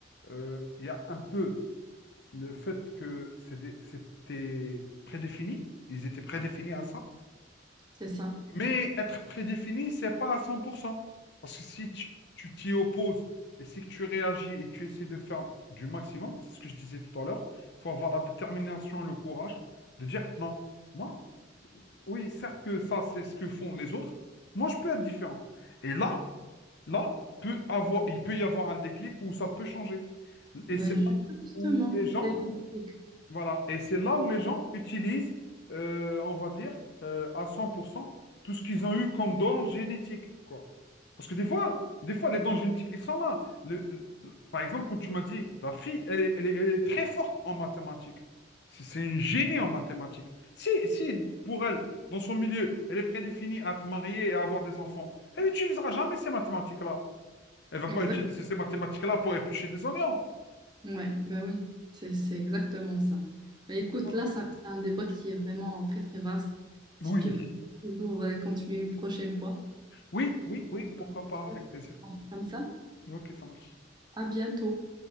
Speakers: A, on the left; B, on the right.
A: Euh, Il y a un peu le fait que c'est des- c'était prédéfini. Ils étaient prédéfinis à ça.
B: C'est ça.
A: Mais être prédéfini, c'est pas à 100%. Parce que si tu tu t'y opposes et si que tu réagis et tu essaies de faire du maximum, c'est ce que je disais tout à l'heure, il faut avoir la détermination, le courage de dire non. Moi, oui, certes que ça, c'est ce que font les autres. Moi, je peux être différent. Et là, là, peut avoir, il peut y avoir un déclic où ça peut changer. Et
B: Bah
A: c'est là
B: justement,
A: où les gens
B: c'est ludique.
A: voilà, et c'est là où les gens utilisent, euh, on va dire, euh, à 100% tout ce qu'ils ont eu comme don génétique, quoi. Parce que des fois, des fois, les dons génétiques, ils sont là. Le- le- par exemple, quand tu m'as dit, la fille, elle est, elle est- elle est très forte en mathématiques. C'est c'est une génie en mathématiques. Si, si, pour elle, dans son milieu, elle est prédéfinie à te marier et à avoir des enfants, elle n'utilisera jamais ces mathématiques-là. Elle va
B: Exact.
A: pas utiliser ces mathématiques-là pour éplucher des oignons.
B: Ouais, bah oui, c'est c'est exactement ça. Mais écoute,
A: Voilà.
B: là, ça c'est un débat qui est vraiment très très vaste.
A: Oui.
B: Si tu veux toujours euh, continuer une prochaine fois,
A: Oui, oui, oui,
B: je dois
A: pourquoi
B: partir.
A: pas, avec plaisir.
B: On fait comme ça.
A: Ok, ça marche.
B: À bientôt.